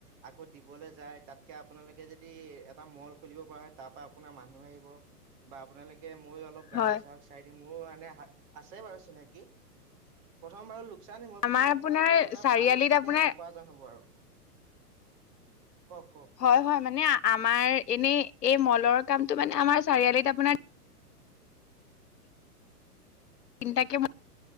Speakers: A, on the right (about 45°); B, on the left (about 75°).
A: আকৌ দিবলৈ যায় তাতকে আপোনালোকে যদি এটা মল খুলিব পৰা হয় তাৰ পৰা আপোনাৰ মানুহ আহিব বা আপোনালোকে মই অলপ গ্ৰাহক
B: হয়
A: চাহক চাই দিম মোৰো মানে হাত আছে বাৰু চিনাকি প্ৰথম বাৰু লো লোকচান হব
B: আমাৰ
A: পিছত
B: আপোনাৰ
A: আপোনালোকৰ এটা
B: চাৰিআলিত
A: ভাল মানে
B: আপোনাৰ
A: উপাৰ্জন হ'ব আৰু কওক কওক
B: হয় হয় মানে আমাৰ এনেই এই মলৰ কামটো মানে আমাৰ চাৰিআলিত আপোনাৰ <unintelligible>